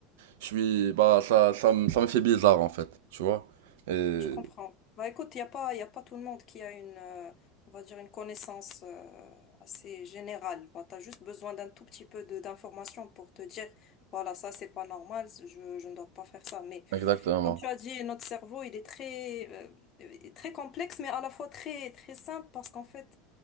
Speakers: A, on the right; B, on the left.
A: je suis, bah, ça, ça, me- ça me fait bizarre, en fait, tu vois. Et-
B: je comprends. Bah, écoute, il n'y a pas, il a pas tout le monde qui a une, euh, on va dire, une connaissance euh, assez générale. Bah, tu as juste besoin d'un tout petit peu de d'informations pour te dire, voilà, ça, c'est pas normal, je, je ne dois pas faire ça. Mais
A: Exactement.
B: Comme tu as dit, notre cerveau, il est très, euh, très complexe, mais à la fois très, très simple parce qu'en fait,